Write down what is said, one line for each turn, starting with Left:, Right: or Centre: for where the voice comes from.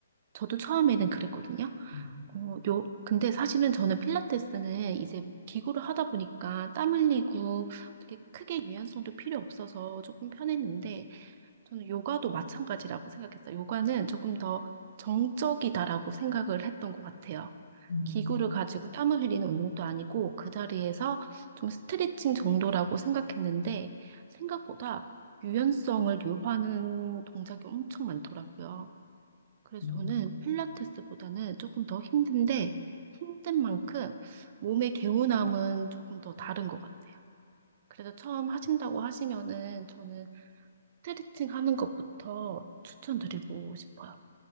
Right: 저도 처음에는 그랬거든요.
Left: 음,
Right: 어, 요, 근데 사실은 저는 필라테스는 이제 기구를 하다 보니까 땀 흘리고 어떻게 크게 유연성도 필요 없어서 조금 편했는데 저는 요가도 마찬가지라고 생각했어요. 요가는 조금 더 정적이다라고 생각을 했던 것 같아요.
Left: 음,
Right: 기구를 가지고 땀을 흘리는 운동도 아니고 그 자리에서 좀 스트레칭 정도라고 생각했는데 생각보다 유연성을 요하는 동작이 엄청 많더라고요. 그래서
Left: 음.
Right: 저는 필라테스보다는 조금 더 힘든데 힘든 만큼 몸의 개운함은 조금 더 다른 것 같아요. 그래서 처음 하신다고 하시면은 저는 스트레칭 하는 것부터 추천드리고 싶어요.